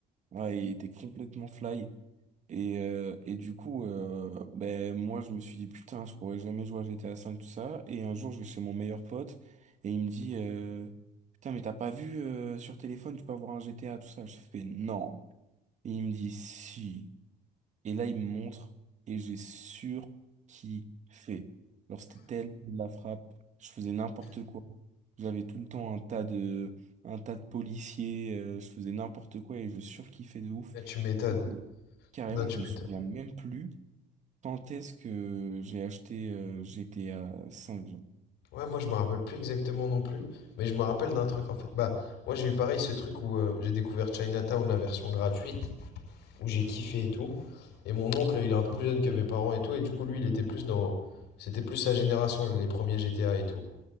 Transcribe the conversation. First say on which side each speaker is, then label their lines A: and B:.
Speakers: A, on the right; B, on the left.
A: Ouais, il était complètement fly. Et, euh, et du coup, euh, ben, moi, je me suis dit, putain, je pourrais jamais jouer à GTA V, tout ça. Et un jour, je vais chez mon meilleur pote et il me dit, euh, putain, mais t'as pas vu, euh, sur téléphone, tu peux avoir un GTA, tout ça. Je fais, non. Et il me dit, si. Et là, il me montre et j'ai surkiffé. Alors, c'était tellement de la frappe. Je faisais n'importe quoi. J'avais tout le temps un tas de, un tas de policiers. euh, je faisais n'importe quoi et je surkiffais de ouf.
B: Eh, tu m'étonnes.
A: Et c'est que, carrément,
B: Non, tu
A: je me
B: m'étonnes.
A: souviens même plus quand est-ce que j'ai acheté euh, GTA cinq genre.
B: Ouais, moi, je me rappelle plus exactement non plus, mais je me rappelle d'un truc, en fait. Bah, moi, j'ai eu pareil ce truc où euh, j'ai découvert Chinatown, la version gratuite, où j'ai kiffé et tout. Et mon oncle, il est un peu plus jeune que mes parents et tout, et du coup, lui, il était plus dans... C'était plus sa génération, les premiers GTA et tout.